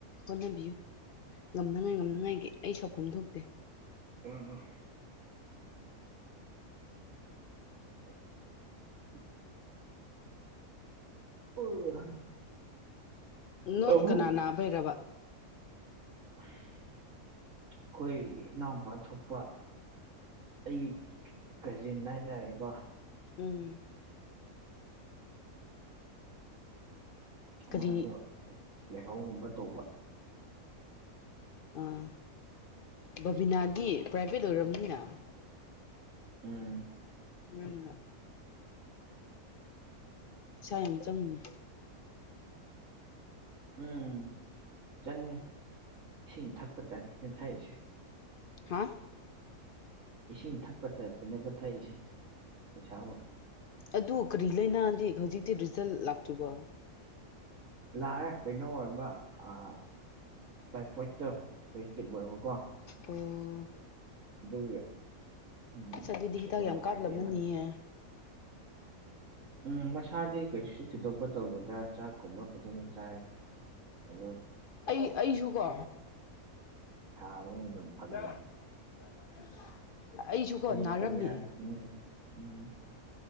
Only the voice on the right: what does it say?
ꯑꯥ ꯑꯥ <unintelligible> <unintelligible>
ꯑꯃꯨꯛ ꯑꯩꯈꯣꯏ
ꯑꯩꯈꯣꯏ ꯏꯅꯥꯎꯄꯥ ꯊꯣꯛꯄ ꯑꯩꯒꯤ ꯀꯥꯖꯤꯟ ꯍꯥꯏꯇꯥꯔꯦꯀꯣ
ꯃꯥꯗꯣ ꯂꯥꯏꯍꯧꯒꯨꯝꯕ ꯇꯧꯕ
ꯎꯝ
ꯎꯝ ꯆꯪꯉꯦ ꯏꯁꯤꯡ ꯊꯛꯄ ꯇꯥꯏꯞꯇꯥꯅꯤ ꯊꯛꯏꯁꯦ
ꯏꯁꯤꯡ ꯊꯛꯄ ꯇꯥꯏꯞꯇꯥꯅꯦꯕ ꯊꯛꯏꯁꯦ ꯄꯩꯁꯥꯕꯨ
ꯂꯥꯛꯑꯦ ꯀꯩꯅꯣ ꯑꯣꯏꯔꯕ ꯑꯥ ꯇꯥꯏꯄꯣꯏꯠꯇꯣ ꯄꯣꯖꯤꯇꯤꯕ ꯑꯣꯏꯕꯀꯣ
ꯑꯗꯨꯒꯤ ꯎꯝ
ꯁꯨꯝ
ꯅꯨꯡꯉꯥꯏꯇꯦꯅ
ꯎꯝ ꯃꯁꯥꯗꯤ ꯀꯩꯁꯨ ꯊꯤꯗꯣꯛꯄ ꯇꯧꯗꯦꯗꯥ ꯆꯥꯛꯀꯨꯝꯕ ꯐꯖꯅ ꯆꯥꯏ ꯍꯥꯂꯣ
ꯊꯥꯕꯅꯦ ꯑꯗꯨꯝ ꯐꯒꯠꯂꯦ
ꯍꯌꯦꯡ
ꯇꯧ ꯌꯥꯅꯤ ꯎꯝ